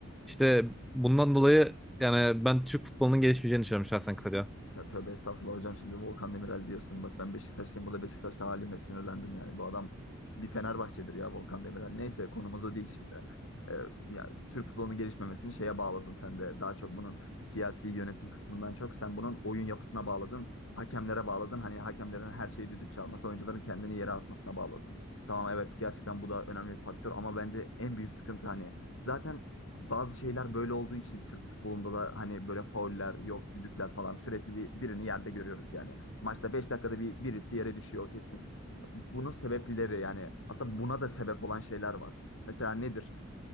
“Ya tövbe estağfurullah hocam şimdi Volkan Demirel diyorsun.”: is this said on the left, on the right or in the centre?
Left